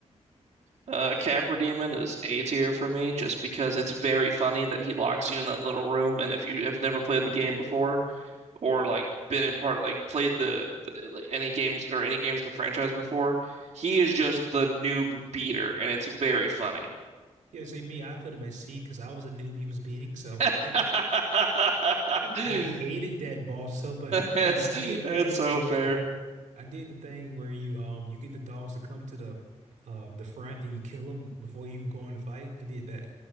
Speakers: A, on the right; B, on the right.
A: Uh, Capra Demon is A tier for me just because it's very funny that he locks you in that little room, and if you have never played the game before or like been in part like played the, the like any games or any games in the franchise before, he is just the noob beater, and it's very funny.
B: Yeah, see me, I put him at C because I was a noob he was beating. So
A: <laughs>
B: yeah, I hated that boss so much.
A: That's
B: Like I did
A: that's
B: the thing
A: so
B: where
A: fair.
B: I did the thing where you um you get the dogs to come to the uh the front and you kill them before you even go in the fight. I did that.